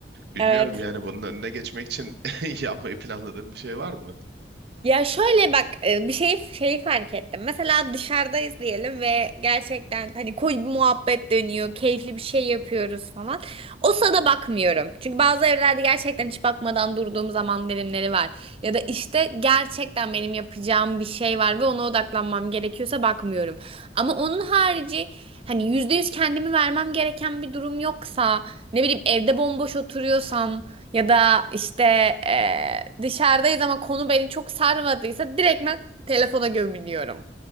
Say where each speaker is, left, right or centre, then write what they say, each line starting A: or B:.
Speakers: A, on the right (about 65°); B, on the right (about 30°).
A: Bilmiyorum
B: Evet.
A: yani bunun önüne geçmek için <laughs> yapmayı planladığın bir şey var mı?
B: Ya şöyle bak e, bir şey şeyi fark ettim. Mesela dışarıdayız diyelim ve gerçekten hani koyu bir muhabbet dönüyor, keyifli bir şey yapıyoruz falan. O sırada bakmıyorum. Çünkü bazı evlerde gerçekten hiç bakmadan durduğum zaman dilimleri var. Ya da işte gerçekten benim yapacağım bir şey var ve ona odaklanmam gerekiyorsa bakmıyorum. Ama onun harici hani %100 kendimi vermem gereken bir durum yoksa, ne bileyim evde bomboş oturuyorsam ya da işte eee, dışarıdayız ama konu beni çok sarmadıysa direkt ben telefona gömülüyorum.